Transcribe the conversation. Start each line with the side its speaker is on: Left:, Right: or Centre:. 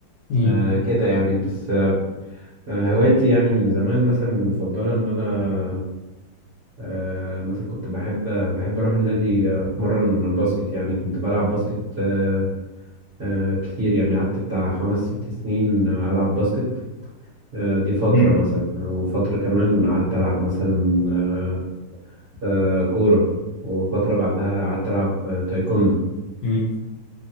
Left: مم.
Right: آه، كده يعني بس آه، هوايتي يعني من زمان مثلا مفضله ان انا آه، مثلا كنت بحب بحب أروح النادي آه، أتمرن باسكت يعني كنت بلعب باسكت آه، آه، كتير يعني قعدت بتاع خمس ست سنين آه، ألعب باسكت آه، دي فترة
Left: مم.
Right: مثلا وفترة كمان قعدت ألعب مثلا آه، آه، كورة وفترة بعدها قعدت ألعب آه، تايكوندو
Left: مم.